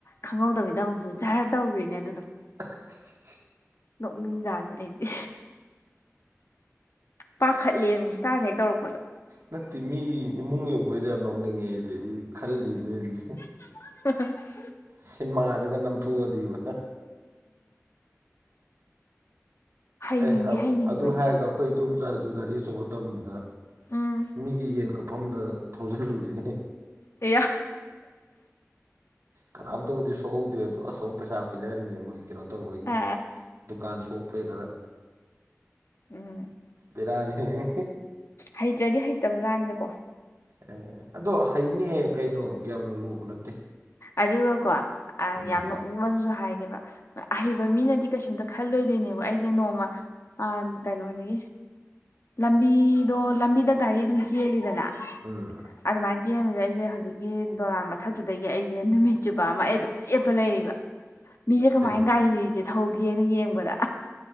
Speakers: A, on the left; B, on the right.
A: ꯈꯪꯍꯧꯗꯕꯤꯗꯃꯨꯛꯖꯨ ꯖꯔ ꯇꯧꯒ꯭ꯔꯤꯅꯦ ꯑꯗꯨꯗꯣ
B: <inaudible>
A: ꯅꯣꯛꯅꯤꯡ ꯖꯥꯠꯅꯤ ꯑꯩꯗꯤ ꯄꯥꯈꯠꯂꯦꯃꯤ ꯁ꯭ꯇꯥꯔꯠ ꯍꯦꯛ ꯇꯧꯔꯛꯄꯗ
B: ꯅꯠꯇꯦ ꯃꯤꯒꯤ ꯏꯃꯨꯡ ꯌꯧꯕꯩꯗꯣ ꯌꯥꯝ ꯅꯣꯛꯅꯤꯡꯉꯦ ꯑꯩꯗꯤ ꯑꯩ ꯈꯜꯂꯤꯕꯅꯤ ꯍꯧꯖꯤꯛꯁꯦ
A: <inaudible>
B: ꯁꯤꯟꯃꯥꯗꯒ ꯅꯝꯊꯣꯛꯑꯗꯤꯕ ꯍꯥ
A: ꯎꯝ ꯍꯩꯅꯤꯡꯉꯦ
B: ꯑꯦ
A: ꯍꯩꯅꯤꯡꯕꯗꯤ
B: ꯑꯗꯨ ꯍꯥꯏꯔꯒ ꯑꯩꯈꯣꯏ ꯏꯗꯣꯝꯆꯥꯁꯨ ꯒꯥꯔꯤ ꯑꯆꯧꯕ ꯇꯝꯕꯗ
A: ꯎꯝ
B: ꯃꯤꯒꯤ ꯌꯦꯟ ꯀꯛꯐꯝꯗ ꯊꯧꯖꯤꯜꯂꯨꯔꯤꯅꯦ
A: ꯑꯦꯌꯥ
B: ꯀꯅꯥꯝꯇꯕꯨꯗꯤ ꯁꯣꯛꯍꯧꯗꯦ ꯑꯗꯣ ꯑꯁꯣꯝ ꯄꯩꯁꯥ ꯄꯤꯅꯔꯤꯅꯦ ꯃꯣꯏ ꯀꯩꯅꯣ ꯇꯧꯕꯒꯤ
A: ꯑ
B: ꯗꯨꯀꯥꯟ ꯁꯣꯛꯄꯩ ꯈꯔ
A: ꯎꯝ
B: ꯕꯦꯔꯥꯅꯤꯍꯦ
A: ꯍꯩꯇ꯭ꯔꯗꯤ ꯍꯩꯇꯕ ꯖꯥꯠꯅꯤꯗꯀꯣ
B: ꯑꯦ ꯑꯗꯣ ꯍꯩꯅꯤꯍꯦ ꯀꯩꯅꯣ ꯌꯥꯝꯅ ꯂꯨꯕ ꯅꯠꯇꯦ
A: ꯑꯗꯨꯒꯀꯣ ꯑ
B: ꯎꯝ
A: ꯌꯥꯝ ꯅꯣꯛ ꯅꯤꯪꯕꯝꯁꯨ ꯍꯥꯏꯒꯦꯕ ꯑꯍꯩꯕ ꯃꯤꯅꯗꯤ ꯀꯩꯁꯨꯝꯇ ꯈꯜꯂꯣꯏꯗꯣꯏꯅꯦꯕ ꯑꯩꯁꯦ ꯅꯣꯡꯃ ꯑꯟ ꯀꯩꯅꯣꯗꯒꯤ ꯂꯝꯕꯤꯗꯣ ꯂꯝꯕꯤꯗ ꯒꯥꯔꯤ ꯑꯗꯨꯝ ꯆꯦꯜꯂꯤꯗꯅ
B: ꯎꯝ
A: ꯑꯗꯨꯃꯥꯏꯅ ꯆꯦꯟꯕꯁꯤꯗ ꯑꯩꯁꯦ ꯍꯧꯖꯤꯛꯀꯤ ꯗꯣꯂꯥꯟ ꯃꯊꯛꯇꯨꯗꯒꯤ ꯑꯩꯁꯦ ꯅꯨꯃꯤꯠ ꯆꯨꯞꯄ ꯑꯃ ꯑꯩ ꯑꯗꯨꯝ ꯂꯦꯞꯄ ꯂꯩꯔꯤꯕ, ꯃꯤꯁꯦ ꯀꯃꯥꯏꯅ
B: ꯀꯩꯒꯤ
A: ꯒꯥꯔꯤ <unintelligible> ꯊꯧꯒꯦꯅ ꯌꯦꯡꯕꯗ